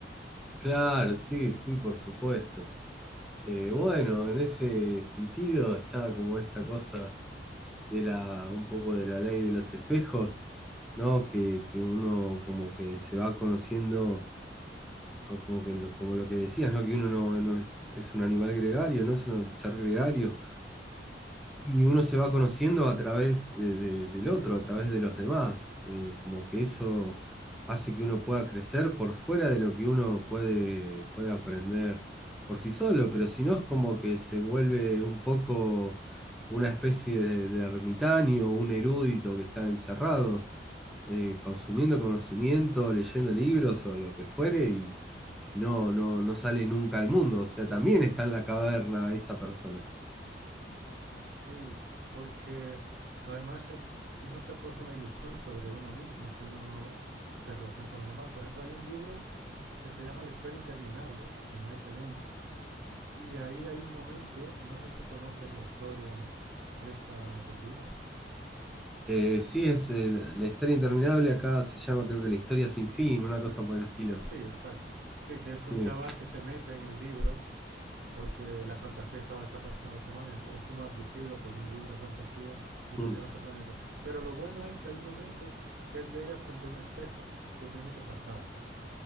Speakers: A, in the centre; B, on the right.
A: Claro, sí, sí, por supuesto. Eh, bueno, en ese sentido está como esta cosa de la, un poco de la ley de los espejos, ¿no? Que, que uno como que se va conociendo, o como que lo, como lo que decías, ¿no? Que uno no, no es, es un animal gregario, ¿no? Es un ser gregario. Y uno se va conociendo a través de- de- del otro, a través de los demás. Eh, como que eso hace que uno pueda crecer por fuera de lo que uno puede, puede aprender por sí solo, pero si no es como que se vuelve un poco una especie de, de ermitaño, un erudito que está encerrado, eh, consumiendo conocimiento, leyendo libros o lo que fuere y, y no, no, no sale nunca al mundo. O sea, también está en la caverna esa persona.
B: Sí, porque además es, uno se forja una ilusión sobre uno mismo si uno no se relaciona con los demás. Por ejemplo, hay un libro que se llama La historia interminable de Michael Ende Y ahí hay un momento, no sé si conoces la historia esta del libro.
A: Eh, sí, es eh, La historia interminable, acá se llama creo que La historia sin fin, una cosa por el estilo.
B: Ah, sí, exacto. Sí, que
A: Sí.
B: es un chaval que se mete en el libro porque la fantasía estaba desapareciendo de los humanos, es, es como abducido por un libro de fantasía y
A: Mm,
B: lo lleva a ese planeta. Pero lo bueno es que hay un momento que él llega frente a un espejo que tiene que pasar